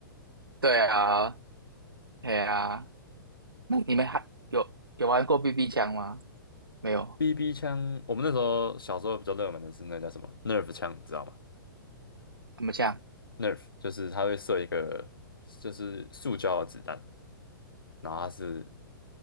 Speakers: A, on the right (about 90°); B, on the left (about 80°).
A: 对啊，哎啊，那你们还有有玩过 BB 枪吗？没有，
B: BB 枪，我们那时候小时候比较热门的是那叫什么 Nerf 枪，你知道吗？
A: 什么枪？
B: Nerf 就是它会射一个就是塑胶的子弹，然后它是